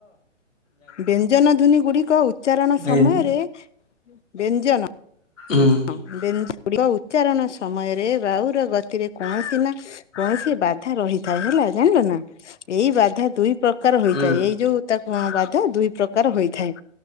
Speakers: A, on the left; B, on the left.
A: ବ୍ୟଞ୍ଜନ ଧ୍ବନି ଗୁଡ଼ିକ ଉଚ୍ଚାରଣ
B: ବେନ୍
A: ସମୟରେ ବେଞ୍ଜନ।
B: ଉଁ।
A: ହଁ ବେଞ୍ଜ ଗୁଡ଼ିକ ଉଚ୍ଚାରଣ ସମୟରେ ରାହୁର ଗତିରେ କୌଣସି ନା କୌଣସି ବାଧା ରହିଥାଏ। ହେଲା, ଜାଣିଲ ନା ଏଇ ବାଧା ଦୁଇ ପ୍ର କାର ହୋଇଥାଏ
B: ହୁଁ।
A: ଏଇ ଯୋଉ ତାକୁ ବାଧା ଦୁଇ ପ୍ରକାର ହୋଇଥାଏ